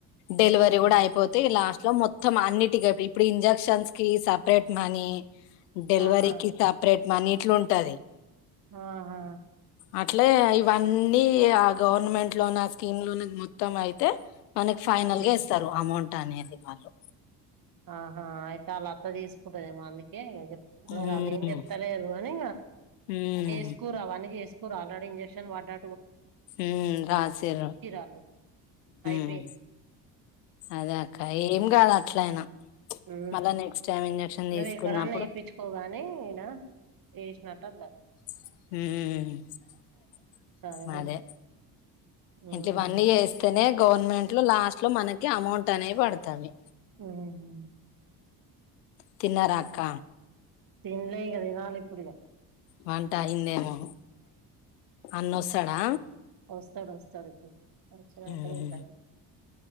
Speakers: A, on the left; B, on the right.
A: డెలివరీ కూడా అయిపోతే లాస్ట్ లో మొత్తం అన్నిటిక ఇప్పుడు ఇంజెక్షన్స్ కి సపరేట్ మనీ డెలివరీకి
B: ఆహా
A: సపరేట్ మనీ ఇట్లు ఉంటది
B: ఆహా
A: అట్లే ఇవన్నీ ఆ గవర్నమెంట్ లోని ఆ స్కీమ్ లోని మొత్తం అయితే మనకి ఫైనల్గా
B: ఉహు.
A: ఎస్తారు అమౌంట్ అనేది వాళ్ళు
B: ఆహా అయితే అలా అత్త తీసుకుంటదేమో అందుక
A: ఉమ్
B: రాల్లు ఏం చెప్తాలేరు అని
A: ఉమ్
B: చేస్కోరు అవన్నీ చేస్కోరు ఆల్రెడీ ఇంజెక్షన్ పడ్డా
A: మ్ రామ్ చరణ్
B: ఆళ్ళు అయిపోయింది
A: మ్ అదే అక్క ఏం కాదు అట్లయినా
B: ఉ
A: మళ్ళా నెక్స్ట్ టైం ఇంజక్షన్
B: నువ్వు
A: తీసుకున్నప్పుడు
B: ఎకరన్న వేప్పించుకోగాని ఇడ ఎసినట్టు అన్న
A: మ్
B: సరేలే
A: మాదే
B: ఉమ్
A: ఇంట్లఇవ్వన్నీ జేస్తేనే గవర్నమెంట్ లో లాస్ట్ లో మనకి అమౌంట్ అనేవి పడతాంది
B: ఊహ్మ్
A: తిన్నరాక్క
B: తిన్లే ఇగ తినాలి ఇప్పుడు ఇగ
A: వంట అయిందేమో అన్నొస్తడా
B: వోస్తడు వోస్టడీప్పుడు వచ్చినంక
A: ఉమ్
B: దింటమ్ ఇగ